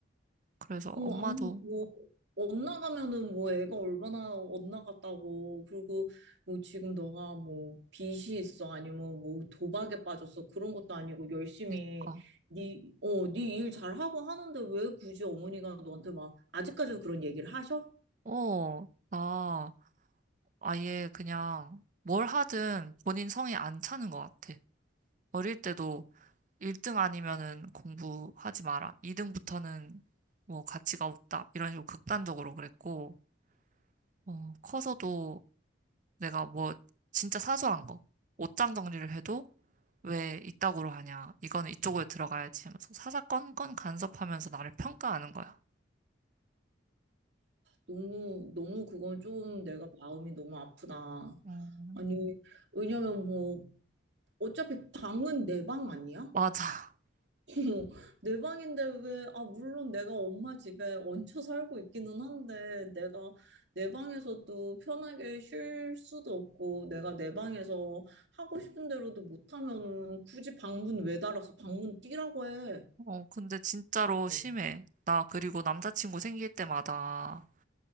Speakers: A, on the right; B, on the right.
A: 그래서
B: 어,
A: 엄마도,
B: 아니, 뭐, 엇나가면은 뭐 애가 얼마나 엇나갔다고. 그리고 뭐 지금 너가 뭐 빚이 있어. 아니면 뭐 도박에 빠졌어. 그런 것도 아니고 열심히
A: 그니까,
B: 네, 어, 네 일 잘하고 하는데 왜 굳이 어머니가 너한테 막 아직까지도 그런 얘기를 하셔?
A: 어, 나 아예 그냥 뭘 하든 본인 성에 안 차는 것 같아. 어릴 때도 1등 아니면은 공부하지 마라. 2등부터는 뭐 가치가 없다. 이런 식으로 극단적으로 그랬고, 어, 커서도 내가 뭐 진짜 사소한 거 옷장 정리를 해도 왜 이따구로 하냐 이거는 이쪽으로 들어가야지 하면서 사사건건 간섭하면서 나를 평가하는 거야.
B: 너무, 너무 그건 좀 내가 마음이 너무 아프다.
A: 음,
B: 아니, 왜냐면 뭐, 어차피 방은 내 방 아니야?
A: 맞아. <laughs>
B: <laughs> 내 방인데 왜, 아, 물론 내가 엄마 집에 얹혀 살고 있기는 한데, 내가 내 방에서도 편하게 쉴 수도 없고, 내가 내 방에서 하고 싶은 대로도 못하면은 굳이 방문 왜 달아서 방문 뛰라고 해.
A: 어, 근데 진짜로
B: 어,
A: 심해. 나 그리고 남자친구 생길 때마다